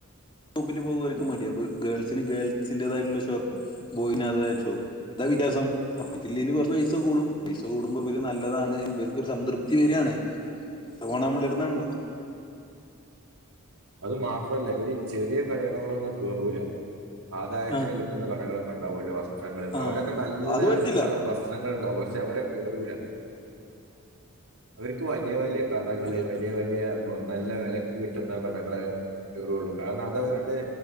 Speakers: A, on the left (about 20°); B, on the right (about 75°).
A: ഷോപ്പിൽ പോകുക മടി ഗേൾസിന് ഗേൾസിന്റേതായിട്ടുള്ള ഷോപ്പ് ബോയിന് ഷോപ്പ് എന്താല- വ്യത്യാസം സപ്പറ്റില്ല <unintelligible> ല് കുറ പൈസ കൂടും പൈസ കൂടുമ്പോ ഇവര് നല്ലതാണ് ഇവർക്കൊരു സംതൃപ്തി വരിയാണ് പൈസ പോണ നമ്മള ടുത്തുന്നു ണല്ലോ
B: അത് മാത്രല്ല ഇവര് ചെറിയ കടകളിലൊന്നും കേറൂ ല ആദായത്തിന്
A: ആഹ്
B: കിട്ടുന്ന കടകളൊക്കെ ഉണ്ടാവുമല്ലോ വസ്ത്രങ്ങൾ
A: ആഹ്
B: അവലൊക്കെ നല്ല
A: അത് പറ്റില്ല
B: വസ്ത്രങ്ങൾ ഉണ്ടാവും പക്ഷെ- അവര കേറൂല അവർക്ക് വലിയ വലിയ കടകള്
A: അതെ
B: വലിയ വലിയ- നല്ല വിലക്ക് കിട്ടുന്ന കടകളെ- കേറുള്ളു കാരണം അതവരുടെ